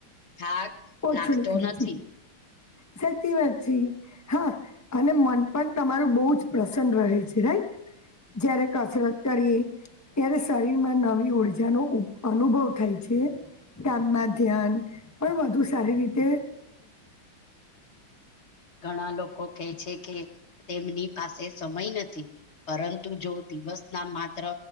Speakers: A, on the left; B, on the left.
A: થાક
B: ઓછું
A: લાગતો
B: લાગે
A: નથી
B: છે સાચી વાત છે હા અને મન પણ તમારું બહુ જ પ્રસન્ન રહે છે રાઈટ જયારે કસરત કરીએ ત્યારે શરીરમાં નવી ઉર્જાનો અનુભવ થાય છે. કામમાં ધ્યાન પણ વધુ સારી રીતે
A: ઘણા લોકો કહે છે કે તેમની પાસે સમય નથી પરંતુ જો દિવસ ના માત્ર